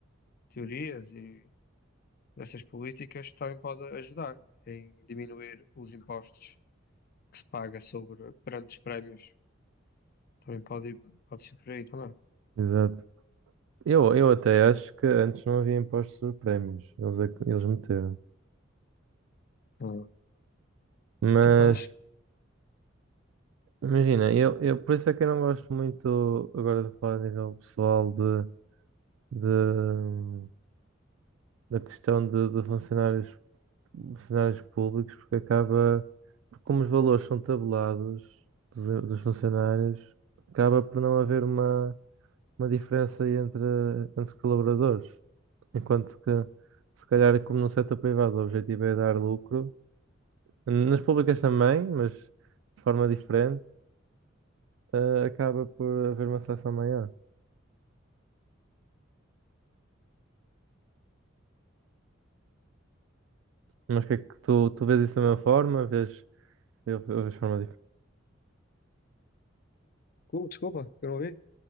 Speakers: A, on the left (about 45°); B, on the right (about 75°).
A: teorias e dessas políticas, também pode ajudar em diminuir os impostos que se paga sobre perante os prémios. Também pode, ir- pode ser por aí também.
B: Exato. Eu, eu até acho que antes não havia impostos sobre prémios, eles, é que- eles meteram.
A: Ah.
B: Mas
A: Capaz.
B: imagina, eu, eu por isso é que eu não gosto muito agora de falar a nível pessoal de de- da questão de, de funcionários, funcionários públicos, porque acaba, porque como os valores são tabelados dos, dos funcionários, acaba por não haver uma, uma diferença aí entre, entre colaboradores. Enquanto que, se calhar, como no setor privado, o objetivo é dar lucro, nas públicas também, mas de forma diferente, eh, acaba por haver uma seleção maior. Mas o que é que tu, tu vês isso da mesma forma? Vês, eu, eu vejo de forma
A: Oh, desculpa, eu não ouvi.